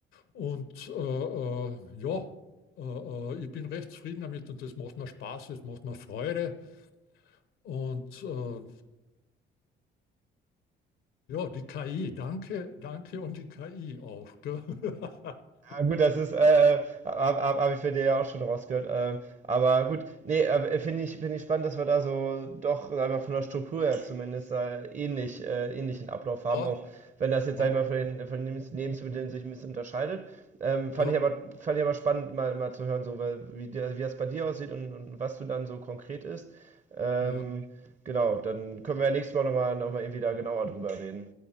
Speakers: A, on the left; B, on the right.
A: Und äh, äh, ja, äh, äh, ich bin recht zufrieden damit und das macht mir Spaß, das macht mir Freude. Und äh, Ja, die KI, danke, danke und die KI auch. Gell? <laughs>
B: Ja, gut, das ist, äh, habe hab, hab ich bei dir ja auch schon rausgehört. Ähm, aber gut, nee, äh, finde ich, finde ich spannend, dass wir da so doch, sag ich mal, von der Struktur her zumindest äh, ähnlich, äh, ähnlichen Ablauf haben,
A: Ja,
B: auch wenn das jetzt,
A: Mama,
B: sag ich mal, von den, von den Lebensmitteln sich ein bisschen unterscheidet. Ähm, fand
A: ja,
B: ich aber, fand ich aber spannend, mal, mal zu hören, so, weil, wie, der- wie das bei dir aussieht und, und was du dann so konkret isst. Ähm,
A: ja,
B: genau, dann können wir ja nächstes Mal nochmal, noch mal noch mal irgendwie da genauer drüber reden,